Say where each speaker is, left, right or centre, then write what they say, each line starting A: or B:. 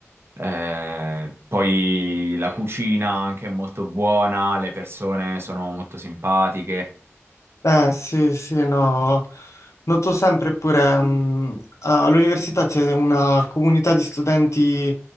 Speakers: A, on the right; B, on the left.
A: Eh, poi la cucina anche è molto buona, le persone sono molto simpatiche.
B: Eh sì, sì, no, noto sempre pure mm, a- all'università c'è una comunità di studenti